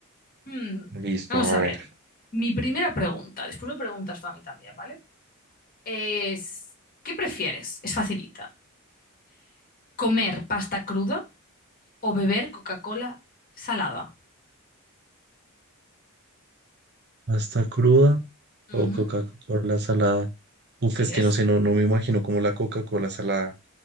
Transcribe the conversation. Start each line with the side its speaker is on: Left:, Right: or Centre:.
Left: Hmm,
Right: Listo,
Left: Vamos
Right: a
Left: a
Right: ver.
Left: ver, mi primera pregunta, después me preguntas tú a mí también, ¿vale? Es, ¿qué prefieres? Es facilita. ¿Comer pasta cruda o beber Coca-Cola salada?
Right: ¿Hasta cruda
Left: Ujú,
Right: o Coca-Cola salada? Uf,
Left: Sí
Right: es
Left: es.
Right: que no sé, no, no me imagino como la Coca-Cola salada.